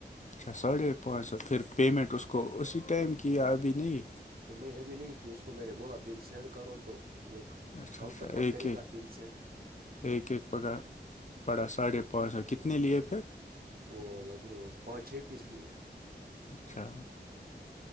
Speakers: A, on the left (about 45°); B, on the right (about 60°).
A: اچھا ساڑھے پانچ سو پھر پیمنٹ اسس کو اسی ٹائم کی ہےیا ابھی نہیں
B: نہیں ابھی نہیں کہ اس کو میں نے بولا بل سینڈ کرو تو وہ
A: اچھا
B: کل
A: اچھا
B: تک مت
A: ایک
B: کرے
A: کے
B: گا بل سینڈ
A: ایک ایک پکا پڑا ساڑھے پانچ سو کتنے لیے پھر
B: وہ لگ بھگ پانچ چھ پیس لیے
A: اچھا